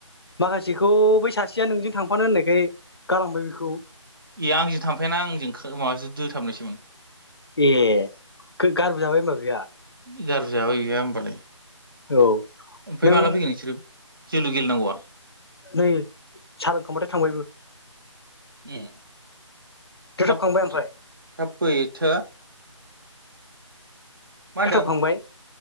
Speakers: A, on the left; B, on the right.
A: माखासेखौ बै सासेया नोंजों थांफानो होननायखाय गालांबाय बेखौ
B: ए आंजों थांफायाना आंजों माबासो दोथाबनायसोमोन
A: ए गारबो जाबाय ओमबा बिहा
B: गारबोजाबय बिहा होमबालाय
A: औ
B: ओमफ्राय
A: नों
B: माला फैगोन नोंसोरो जोलु गेले नांगौआ
A: नै सा लोंखांबायबो थांबायबो
B: ए
A: दोथाबखांबाय
B: थाब
A: ओमफ्राय
B: थाब फै थोआ <inaudible> मा होनदों
A: दोथाबखांबाय